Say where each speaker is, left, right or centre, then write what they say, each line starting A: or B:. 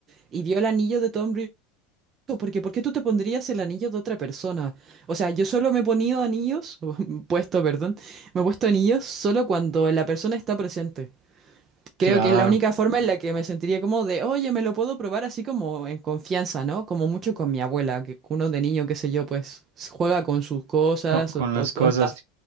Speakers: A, on the right; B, on the right.
A: y vio el anillo de Tom Riddle, porque ¿por qué tú te pondrías el anillo de otra persona? O sea, yo solo me he ponido anillos, <laughs> puesto, perdón, me he puesto anillos solo cuando la persona está presente.
B: claro,
A: Creo que es la única forma en la que me sentiría como de, oye, me lo puedo probar así como en confianza, ¿no? Como mucho con mi abuela, que uno de niño, qué sé yo, pues juega con sus cosas
B: con con
A: o,
B: las
A: o,
B: cosas.
A: o está,